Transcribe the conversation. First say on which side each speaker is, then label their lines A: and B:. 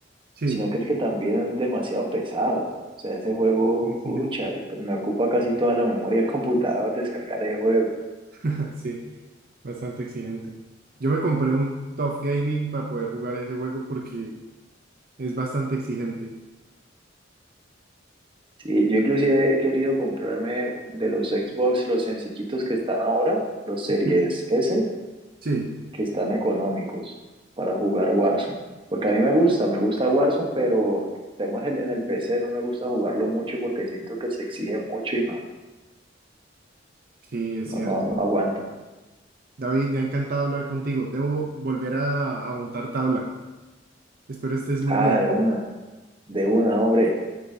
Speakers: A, on the right; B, on the right.
A: Sí,
B: sino que es que también es demasiado pesado. O sea, ese juego,
A: muy exigente.
B: pucha, de- me ocupa casi toda la memoria del <laughs> computador descargar el juego.
A: <laughs> Sí, bastante exigente. Yo me compré un Tough Gaming para poder jugar ese juego porque es bastante exigente.
B: Sí, yo inclusive he querido comprarme de los Xbox los sencillitos que están ahora, los Series
A: Ujú.
B: S,
A: Sí,
B: que están económicos para jugar Warzone. Porque a mí me gusta, me gusta Warzone, pero el tema es el- en el PC, no me gusta jugarlo mucho porque siento que se exige mucho y no,
A: sí, es
B: no,
A: cierto.
B: no, no aguanta.
A: David, me ha encantado hablar contigo. Debo volver a, a montar tabla. Espero estés muy
B: Ah,
A: bien.
B: de una, de una, hombre.